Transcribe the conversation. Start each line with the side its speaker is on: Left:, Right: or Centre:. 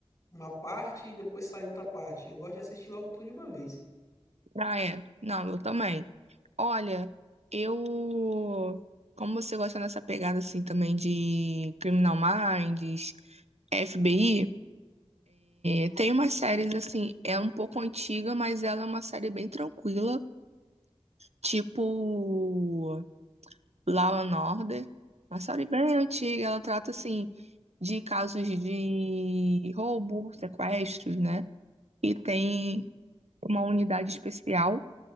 Left: uma parte e depois sai outra parte. Eu gosto de assistir logo tudo de uma vez.
Right: ah, é. Não, eu também. Olha, eu. Como você gosta dessa pegada assim também de Criminal Minds, FBI, é, tem umas séries assim, é um pouco antiga, mas ela é uma série bem tranquila, tipo Law and Order, uma série bem antiga, ela trata assim de casos de roubo, sequestros, né? E tem uma unidade especial